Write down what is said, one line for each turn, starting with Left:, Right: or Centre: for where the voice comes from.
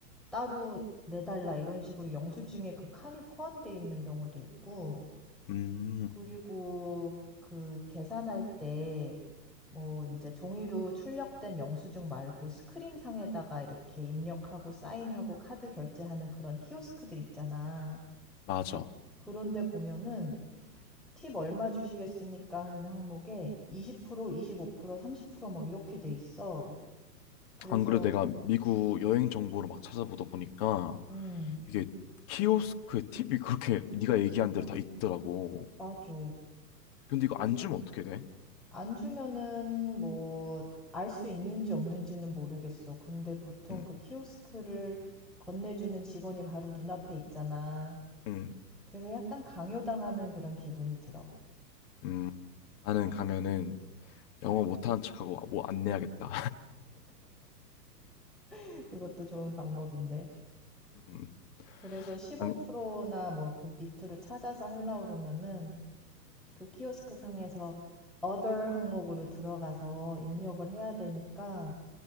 Centre: 따로 내달라 이런 식으로 영수증에 그 칸이 포함되어 있는 경우도 있고,
Left: 음,
Centre: 그리고 그 계산할 때 뭐 이제 종이로 출력된 영수증 말고 스크린 상에다가 이렇게 입력하고 사인하고 카드 결제하는 그런 키오스크들 있잖아.
Left: 맞아.
Centre: 그런데 보면은 팁 얼마 주시겠습니까 하는 항목에 20%, 25%, 30%막 이렇게 돼 있어. 그래서
Left: 안 그래도 내가 미국 여행 정보를 막 찾아보다 보니까
Centre: 음
Left: 이게 키오스크에 팁이 그렇게 네가 얘기한 대로 다 있더라고.
Centre: 맞아.
Left: 근데 이거
Centre: 그래서
Left: 안 주면 어떻게 돼?
Centre: 안 주면은 뭐 알 수 있는지 없는지는 모르겠어. 근데 보통
Left: 응,
Centre: 그 키오스크를 건네주는 직원이 바로 눈앞에 있잖아.
Left: 응,
Centre: 그래서 약간 강요당하는 그런 기분이 들어.
Left: 음. 나는 가면은 영어 못하는 척하고 뭐 안 내야겠다.
Centre: <laughs> 그것도 좋은 방법인데.
Left: <laughs> 음,
Centre: 그래서 15%나
Left: 아니,
Centre: 뭐 그 밑으로 찾아서 하려고 그러면은 그 키오스크 상에서 other 항목으로 들어가서 입력을 해야 되니까